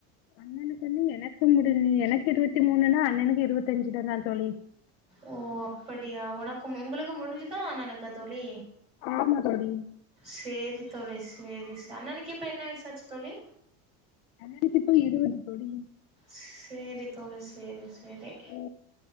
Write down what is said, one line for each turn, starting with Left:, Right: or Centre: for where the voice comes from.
Left: அண்ணனுக்கு வந்து எனக்கு முடி்ஞ் எனக்கு இருபத்தி மூணுனா அண்ணனுக்கு இருவத் அஞ்சுதான தோழி
Right: ஓ அப்படியா உனக்கும் உங்களுக்கு முடிஞ்சுதா அண்ணனுக்கா தோழி
Left: ஆமா தோழி
Right: சேரி தோழி சேரி ஸ் அண்ணனுக்கு இப்ப என்ன வயசாச்சு தோழி
Left: அதுக்கு இப்ப இருபது கோடி
Right: சேரி தோழி சேரி சேரி
Left: ஓ